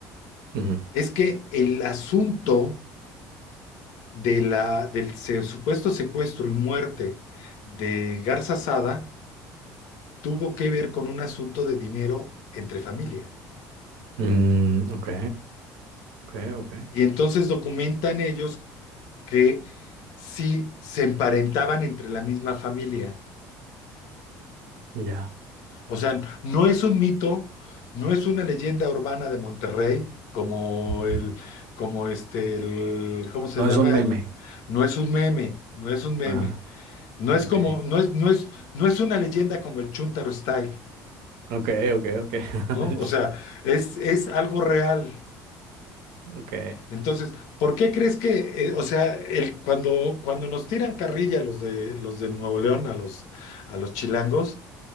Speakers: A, on the right; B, on the left.
A: ujú.
B: Es que el asunto de la, del se- supuesto secuestro y muerte de Garza Sada tuvo que ver con un asunto de dinero entre familia.
A: Mm, ok, ok, ok.
B: Y entonces documentan ellos que sí se emparentaban entre la misma familia.
A: Ya.
B: O sea, no es un mito, no es una leyenda urbana de Monterrey, como
A: <laughs>
B: el, como este, el, ¿cómo se
A: No
B: llama?
A: es un
B: El,
A: meme.
B: no es un meme, no es un meme.
A: Ajá,
B: No es
A: ok.
B: como, no es, no es, no es una leyenda como el Chuntaro Style,
A: Ok, ok, ok. <laughs>
B: ¿no? O sea, es, es algo real.
A: Ok,
B: Entonces, ¿por qué crees que, eh, o sea, el, cuando, cuando nos tiran carrilla los de, los de Nuevo León a los, a los chilangos